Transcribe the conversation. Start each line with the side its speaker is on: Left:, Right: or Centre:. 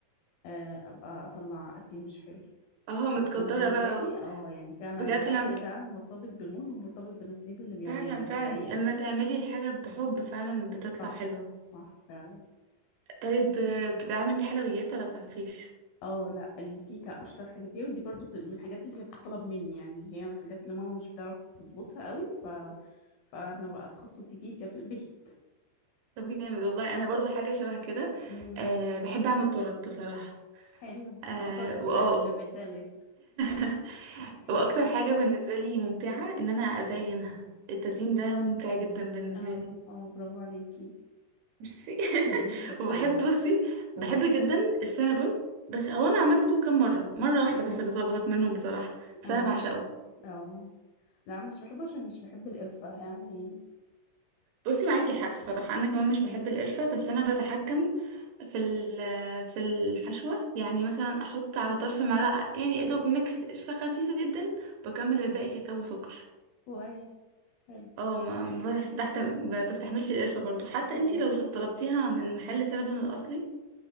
Left: آه، أبقى أطلع أكل مش حلو
Right: اه متقدره
Left: أدخل بمزاجي
Right: بقى و-
Left: اه يعني فعلا
Right: بجد
Left: الأكل
Right: لما
Left: ده مرتبط بالمود ومرتبط بنفسية اللي بيعمله
Right: فعلا
Left: دي
Right: فعلا
Left: حقيقة
Right: لما تعملي الحاجه بحب فعلا بتطلع
Left: صح
Right: حلوه
Left: صح فعلا
Right: طيب آه، بتعملي حلويات ولا فرفيش
Left: اه لا الكيكة اشطر حاجة فيها ودي برضو بت- من الحاجات اللي هي بتطلب مني يعني اللي هي من الحاجات اللي ماما مش بتعرف تظبطها قوي ف... فانا بقى تخصصي كيكة في البيت
Right: طب جامد والله انا برضو حاجه شبه كده
Left: امم
Right: أه بحب اعمل تورت بصراحه
Left: حلو
Right: أه
Left: ما وصلتش
Right: واه
Left: لا للليفل ده لسه
Right: <laughs>
Left: <laughs>
Right: واكتر حاجه بالنسبه لي ممتعه ان انا ازينها التزيين ده ممتع جدا بالنسبه
Left: اه
Right: لي
Left: اه برافو عليكي
Right: ميرسي
Left: <laughs>
Right: <laughs>
Left: شطورة
Right: وبحب بصي بحب
Left: امم
Right: جدا السينابون بس هو انا عملته كام مره مره واحده
Left: اه
Right: بس اللي ظبطت منهم بصراحه بس
Left: اه
Right: انا بعشقه
Left: اه لا انا مش بحبه عشان مش بحب القرفة يعني
Right: بصي معاكي حق بصراحة أنا كمان مش
Left: امم
Right: بحب القرفة بس أنا بتحكم في ال- في الحشوة يعني مثلا أحط على طرف معلقة يعني يا دوب نكهة قرفة خفيفة جدا بكمل الباقي كاكاو وسكر
Left: كويس حلو
Right: اه ما ما
Left: امم
Right: بحتم ما بستحملش القرفة برضو حتى
Left: كويس
Right: انتي لو طلبتيها من محل سينابون الأصلي